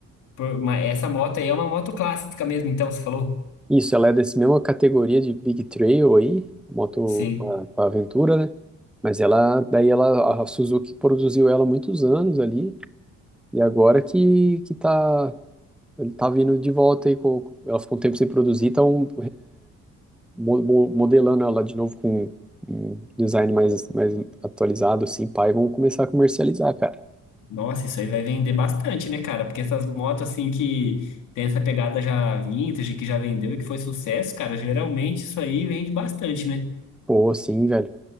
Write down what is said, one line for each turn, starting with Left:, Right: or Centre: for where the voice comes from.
Left: por- ma- essa moto aí é uma moto clássica mesmo, então, você falou?
Centre: Isso, ela é dessa mesma categoria de Big Trail aí, moto
Left: Sim.
Centre: pra, pra aventura, né? Mas ela, daí ela, a Suzuki produziu ela há muitos anos ali, e agora que, que tá, ele tá vindo de volta aí, com, ela ficou um tempo sem produzir, estão modelando ela de novo com um design mais, mais atualizado, assim, pá, e vão começar a comercializar, cara.
Left: Nossa, isso aí vai vender bastante, né, cara? Porque essas motos, assim, que tem essa pegada já vintage, que já vendeu e que foi sucesso, cara, geralmente isso aí vende bastante, né?
Centre: Pô, sim, velho.